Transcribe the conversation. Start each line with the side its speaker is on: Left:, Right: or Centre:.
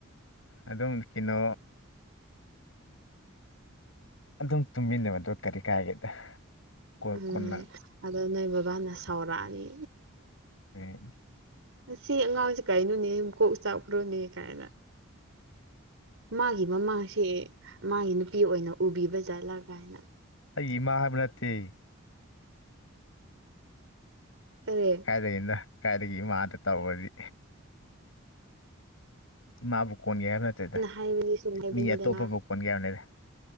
Left: ꯑꯗꯨꯝ ꯀꯩꯅꯣ ꯑꯗꯨꯝ ꯇꯨꯝꯃꯤꯟꯅꯕꯗꯣ ꯀꯔꯤ ꯀꯥꯏꯒꯦꯗ ꯀꯣꯟ
Right: ꯎꯝ
Left: ꯀꯣꯟꯅ
Right: ꯑꯗꯣ ꯅꯣꯏ ꯕꯥꯕꯥꯅ ꯁꯥꯎꯔꯛꯑꯅꯤ
Left: ꯑꯦ,
Right: ꯁꯤ ꯑꯉꯥꯡꯁꯤ ꯀꯩꯅꯣꯅꯦ ꯃꯨ ꯀꯣꯛ ꯆꯥꯛꯈ꯭ꯔꯣꯅꯦ ꯀꯥꯏꯅ ꯃꯥꯒꯤ ꯃꯃꯥꯡꯁꯤꯦ ꯃꯥꯒꯤ ꯅꯨꯄꯤ ꯑꯣꯏꯅ ꯎꯕꯤꯕ ꯖꯠꯂꯥ ꯀꯥꯏꯅ
Left: ꯑꯩ ꯏꯃꯥ ꯍꯥꯏꯕ ꯅꯠꯇꯦ
Right: ꯑꯔꯦ
Left: ꯀꯥꯏꯗꯒꯤꯅ ꯀꯥꯏꯗꯒꯤ ꯏꯃꯥꯗ ꯇꯧꯔꯗꯤ ꯏꯃꯥꯕꯨ ꯀꯣꯟꯒꯦ ꯍꯥꯏꯕ ꯅꯠꯇꯦꯗ
Right: ꯍꯥꯏꯕꯅꯤ ꯁꯨꯝ ꯍꯥꯏꯕꯅꯤꯗꯅ
Left: ꯃꯤ ꯑꯇꯣꯞꯄꯕꯨ ꯀꯣꯟꯒꯦ ꯍꯥꯏꯕꯅꯤꯗ